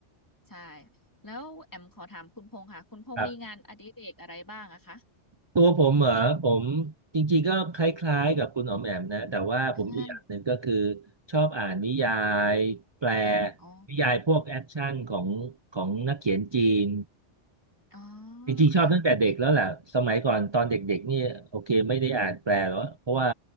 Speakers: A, on the left; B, on the right.
A: ใช่แล้วแอมขอถามคุณพงษ์ค่ะคุณพงษ์มีงานอดิเรกอะไรบ้างอะคะ
B: ครับ ตัวผมเหรอผมจริงๆก็คล้ายๆกับคุณอ๋อมแอมนะแต่ว่าผมอีกอย่างหนึ่งก็คือ
A: อ่า
B: ชอบอ่านนิยายแปล
A: อ๋อ
B: นิยายพวกแอคชั่นของของนักเขียนจีน
A: อ๋อ
B: จริงๆชอบตั้งแต่เด็กแล้วแหละสมัยก่อนตอนเด็กๆนี่โอเคไม่ได้อ่านแปลหรอกเพราะว่า
A: ค่ะ